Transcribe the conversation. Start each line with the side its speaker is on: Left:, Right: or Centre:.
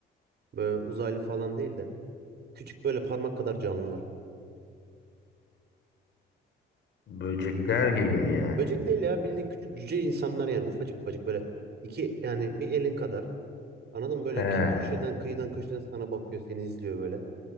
Right: Böyle uzaylı falan değil de küçük böyle parmak kadar canlılar.
Left: Böcekler gibi mi yani?
Right: Böcek değil ya bildiğin küçük cüce insanlar yani ufacık ufacık böyle iki yani bir elin kadar. Anladın mı? Böyle
Left: He.
Right: ki- köşeden kıyıdan köşeden sana bakıyor seni izliyor böyle.